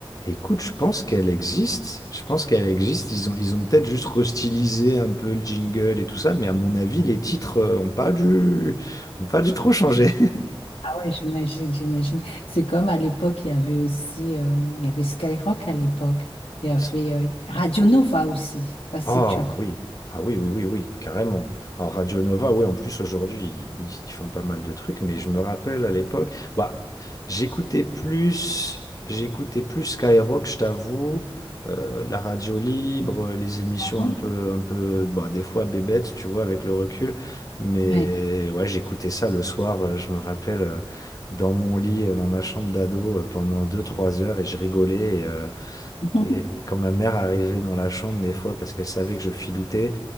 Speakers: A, on the left; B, on the left.
A: Écoute, je pense qu'elle existe. Je pense qu'elle existe. Ils ont, ils ont peut-être juste restylisé un peu le jingle et tout ça, mais à mon avis, les titres euh, ont pas dû, ont pas dû trop changer.
B: Ah ouais, j'imagine, j'imagine. C'est comme à l'époque, il y avait aussi, euh, il y avait Skyrock à l'époque. Il y avait
A: <laughs>
B: euh, Radio Nova aussi. Je sais Pas si
A: Ah
B: tu as connu.
A: oui, ah oui, oui, oui, oui, carrément. Alors Radio Nova, oui, en plus aujourd'hui, ils, ils font pas mal de trucs, mais je me rappelle à l'époque, bah, j'écoutais plus, j'écoutais plus Skyrock, je t'avoue, euh, la radio libre, les émissions
B: Mhm.
A: un peu, un peu, bah, des fois bébêtes, tu vois, avec le recul. Mais
B: Ouais.
A: ouais, j'écoutais ça le soir, euh, je me rappelle, euh, dans mon lit, euh, dans ma chambre d'ado, euh, pendant deux trois heures, et je rigolais.
B: <laughs> Mhm.
A: Et quand ma mère arrivait dans la chambre, des fois, parce qu'elle savait que je filoutais,